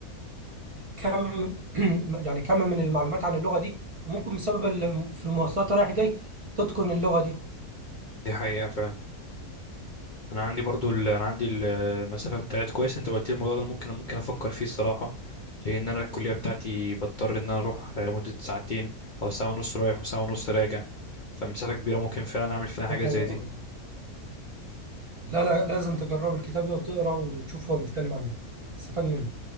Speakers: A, on the right (about 35°); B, on the left (about 60°).
A: كم <clears throat> يعني كم من المعلومات عن اللغه دي وممكن بسبب ال- في المواصلات رايح جاي تتقن اللغه دي
B: دي حقيقه انا عندي برضو ال... انا عندي ال- المسافه بتاعت كويس انت قلت لي الموضوع ده انا ممكن ممكن افكر فيه الصراحه لان انا الكليه بتاعتي بضطر ان انا اروح لمده ساعتين او ساعه ونص رايح وساعه ونص راجع فمسافه كبيره ممكن فعلا اعمل فيها حاجه
A: يا خبر
B: زي دي
A: أبيض. لا لا لازم تجرب الكتاب ده وتقرا وتشوف هو بيتكلم عن ايه تستفاد منه